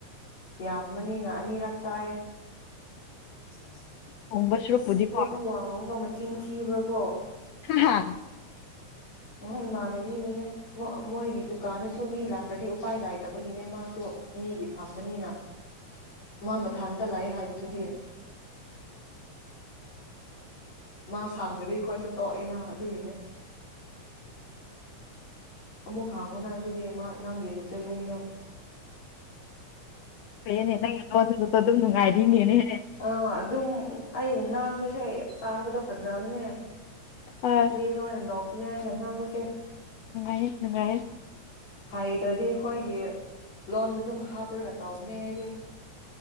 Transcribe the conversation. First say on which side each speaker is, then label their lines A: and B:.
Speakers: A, on the left; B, on the left.
A: ꯌꯥꯝꯕꯅꯤꯅ ꯑꯅꯤꯔꯛ ꯆꯥꯏ <unintelligible>
B: ꯊꯣꯡꯕ ꯁꯨꯔꯛꯄꯨꯗꯤꯀꯣ
A: ꯑꯁꯗꯤ ꯊꯣꯡ ꯋꯥꯡꯂꯂꯣꯝꯗ ꯑꯃ ꯆꯤꯟꯈꯤꯕ꯭ꯔꯥ ꯀꯣ
B: ꯍꯥ
A: ꯑꯣ ꯏꯃꯥꯟꯅꯕꯤꯕꯨꯅꯦ ꯃꯣꯏꯒꯤ ꯗꯨꯀꯥꯟꯗꯁꯨ ꯃꯤ ꯂꯥꯛꯇ꯭ꯔꯗꯤ ꯎꯄꯥꯏ ꯂꯥꯏꯇꯕꯒꯤꯅꯦ ꯃꯥꯁꯨ ꯃꯤꯒꯤ ꯐꯝꯕꯅꯤꯅ ꯃꯥ ꯃꯊꯥꯗ ꯂꯥꯛꯑꯦ ꯍꯥꯏꯕꯗꯨꯗꯤ ꯃꯥ ꯁꯥꯡꯗꯗꯤ ꯑꯩꯈꯣꯏꯁꯨ ꯇꯣꯛꯑꯦꯅ ꯑꯗꯨꯏꯅꯦ ꯑꯃꯨꯛ ꯍꯥꯡꯉꯨꯅ ꯑꯗꯨꯗꯤ ꯃꯥ ꯅꯪꯒꯤ ꯅꯠꯇ꯭ꯔꯦ ꯏꯕꯨꯡꯗꯣ
B: ꯅꯦ <unintelligible> ꯑꯗꯨꯝ ꯅꯨꯡꯉꯥꯏꯔꯤꯅꯦꯅꯦꯦ
A: ꯑꯥ ꯑꯗꯨꯝ ꯑꯩꯅ ꯉꯥꯡꯕꯁꯦ ꯑꯩ ꯇꯥꯕꯗꯣ ꯐꯖꯕꯅꯦ
B: ꯑꯥ
A: ꯃꯦꯂ ꯑꯣꯏꯅꯗ ꯃ ꯑꯩꯅ ꯉꯥꯡꯕꯁꯤꯡ
B: ꯅꯨꯡꯉꯥꯏꯌꯦ ꯅꯨꯡꯉꯥꯏꯌꯦ
A: ꯍꯩꯇ꯭ꯔꯗꯤ ꯑꯩꯈꯣꯏꯒꯤ ꯂꯣꯟꯗ ꯑꯗꯨꯝ ꯍꯥꯞꯔꯒ ꯇꯥꯎꯧꯕꯅꯦ ꯍꯥꯏꯗꯤ